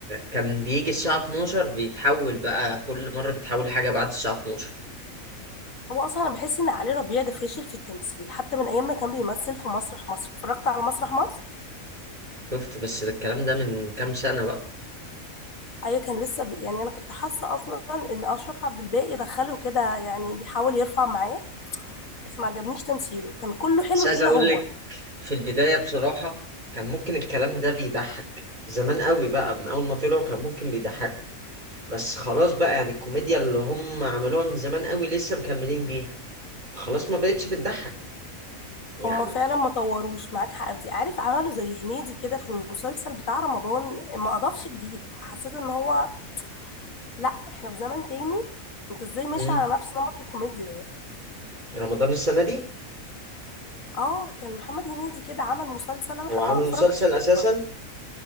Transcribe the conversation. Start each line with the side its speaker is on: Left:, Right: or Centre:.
Right: كان بيجي الساعة 12 بيتحول بقى كل مرة بيتحول حاجة بعد الساعة 12
Left: هو اصلا انا بحس ان علي ربيع ده فاشل في التمثيل حتى من ايام ما كان بيمثل في مسرح مصر اتفرجت على مسرح مصر
Right: شفت بس ده الكلام ده من كام سنة بقى
Left: ايوه كان لسه ب... يعني انا كنت حاسه اصلا ان اشرف عبد الباقي دخله كده يعني بيحاول يرفع معاه بس ما عجبنيش تمثيله كان كله حلو
Right: بس عايز
Left: الا
Right: اقول
Left: هو
Right: لك في البداية بصراحة كان ممكن الكلام ده بيضحك زمان قوي بقى من اول ما طلعوا كان ممكن بيضحك بس خلاص بقى يعني الكوميديا اللي هم عملوها من زمان قوي لسه مكملين بيها خلاص ما بقتش بتضحك يعني
Left: هما فعلا ما طوروش معاك حق في دي عارف عملوا زي هنيدي كده في المسلسل بتاع رمضان ما اضافش جديد حسيت ان هو لا احنا في زمن تاني انت ازاي ماشي
Right: مم.
Left: على نفس نمط الكوميديا يعني
Right: رمضان السنة دي
Left: اه كان محمد هنيدي كده عمل مسلسل انا
Right: هو
Left: حتى
Right: عامل
Left: ما اتفرجتش
Right: مسلسل أساسا
Left: عليه برضه